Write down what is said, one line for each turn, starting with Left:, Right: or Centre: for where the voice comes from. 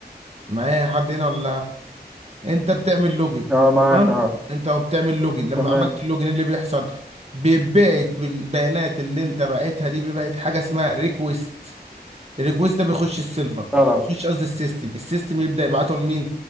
Right: معايا حد هنا ولا لا انت بتعمل لوجن
Centre: اه معاك
Right: تمام
Centre: اه
Right: انت وبتعمل لوجن لما
Centre: تمام
Right: عملت اللوجن إيه اللي بيحصل بيتبعت بالبيانات اللي انت بعتها دي بيبعت حاجه اسمها ريكويست الريكوست ده بيخش السيرفر
Centre: طلب
Right: يخش قصدي السيستم السيستم يبدا يبعته لمين